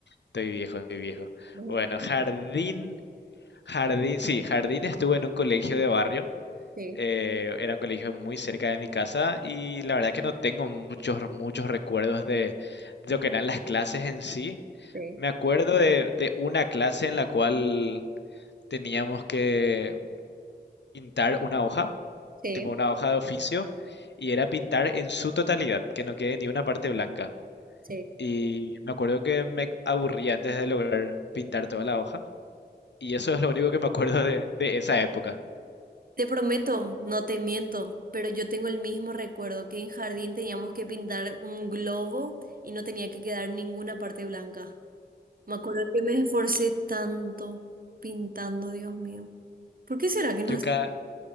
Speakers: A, on the left; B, on the right.
A: Estoy viejo, estoy viejo.
B: Ajá.
A: Bueno, jardín, jardín, sí, jardín estuve en un colegio de barrio.
B: Sí.
A: eh, era un colegio muy cerca de mi casa y la verdad que no tengo muchos, muchos recuerdos de, lo que eran las clases en sí.
B: sí.
A: Me acuerdo de, de una clase en la cual teníamos que pintar una hoja,
B: Sí,
A: tipo una hoja de oficio, y era pintar en su totalidad, que no quede ni una parte blanca.
B: sí.
A: Y me acuerdo que me aburría antes de lograr pintar toda la hoja. Y eso es lo único que me acuerdo de, de esa época.
B: Te prometo, no te miento, pero yo tengo el mismo recuerdo que en jardín teníamos que pintar un globo y no tenía que quedar ninguna parte blanca. Me acuerdo que me esforcé tanto pintando, Dios mío. ¿Por qué será que no?
A: Yo
B: hacían
A: ca-